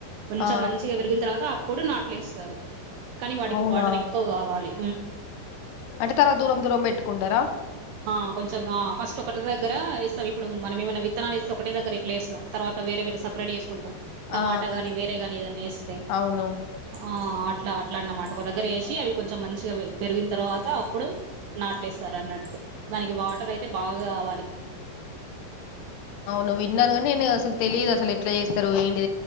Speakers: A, on the right (about 75°); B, on the left (about 75°).
A: కొంచెం
B: ఆ
A: మంచిగా పెరిగిన్తర్వాత అప్పుడు నాట్లేస్తరు కనీ వాటికి
B: అవునా
A: వాటర్ ఎక్కువ గావాలి
B: అంటే తర్వాత దూరం దూరం పెట్టుకుంటరా
A: ఆ కొంచెం ఆ ఫస్ట్ ఒకటె దగ్గరా ఏస్తమ్, ఇప్పుడు మనం ఏమైనా విత్తనాలేస్తే ఒకటె దగ్గర ఎట్లెస్తాం తర్వాత వేరే వేరే సపరేట్ చేసుకుంటాం టమాటా
B: ఆ
A: గాని వేరే గాని ఇదన్న వేస్తే
B: అవును
A: ఆ అట్లా అట్లా అన్నమాట ఒక దగ్గర వేసి అవి కొంచెం మంచిగా పెరిగిన తర్వాత అప్పుడు నాట్లేస్తారు అన్నట్టు దానికి వాటర్ అయితే బాగా కావాలి
B: ను విన్నాను కానీ నేను అసలు తెలీదు అసలు ఎట్లా చేస్తారు ఏంటి